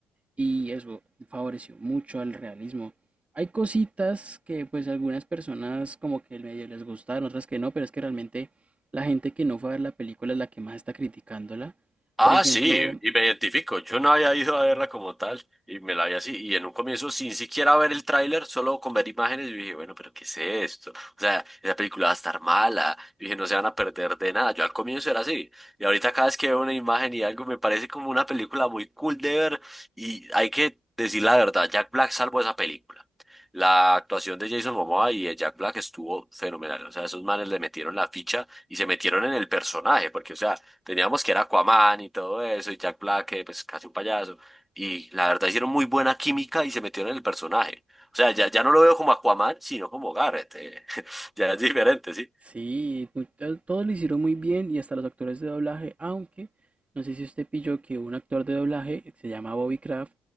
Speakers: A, on the right; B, in the centre.
A: y eso favoreció mucho al realismo. Hay cositas que pues algunas personas como que medio les gustaron, otras que no, pero es que realmente la gente que no fue a ver la película es la que más está criticándola.
B: Ah,
A: Por ejemplo,
B: sí, y me identifico. Yo no había ido a verla como tal y me la vi así. Y en un comienzo, sin siquiera ver el tráiler, solo con ver imágenes, yo dije, bueno, pero ¿qué es esto? O sea, esa película va a estar mala. Yo dije, no se van a perder de nada. Yo al comienzo era así. Y ahorita cada vez que veo una imagen y algo, me parece como una película muy cool de ver. Y hay que decir la verdad, Jack Black salvó esa película. La actuación de Jason Momoa y de Jack Black estuvo fenomenal. O sea, esos manes le metieron la ficha y se metieron en el personaje, porque, o sea, Teníamos que era Aquaman y todo eso, y Jack Black, que pues casi un payaso. Y la verdad hicieron muy buena química y se metieron en el personaje. O sea, ya, ya no lo veo como Aquaman, sino como Garrett. eh. <laughs> Ya es diferente, ¿sí?
A: Sí, mu- eh, todo lo hicieron muy bien y hasta los actores de doblaje, aunque no sé si usted pilló que un actor de doblaje que se llama Bobby Craft,